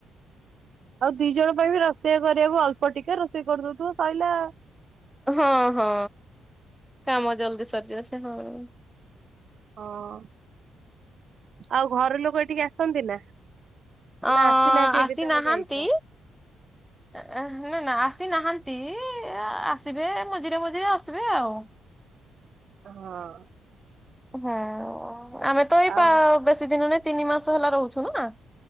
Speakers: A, on the right; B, in the centre.
A: ଆଉ ଦି ଜଣ ପାଇଁ ବି ରୋଷେଇ କରିବାକୁ ଅଳ୍ପ ଟିକେ ରୋଷେଇ କରିଦଉଥିବ ସଇଲା ଆଉ।
B: ହଁ ହଁ କାମ ଜଲଦି ସରି ଆସ ହଁ ହଁ।
A: ହଁ ଆଉ ଘର ଲୋକ ଏଠିକି ଆସନ୍ତି ନା।
B: ଅଁ
A: ନା ଆସିନାହାନ୍ତି ଏବେ
B: ଆସିନାହାନ୍ତି
A: ତମେ ଯାଇଛ
B: ନା। ସେ ନାହାନ୍ତି ଆସିବେ ମଝିରେ ମଝିରେ ଆସିବେ ଆଉ।
A: ହଁ
B: ହଁ ଆମେ ତ ଏଇ
A: ଆଉ
B: ବେଶୀ ଦିନ ନହି ତିନି ମାସ ହେଲା ରହୁଛୁ ନା।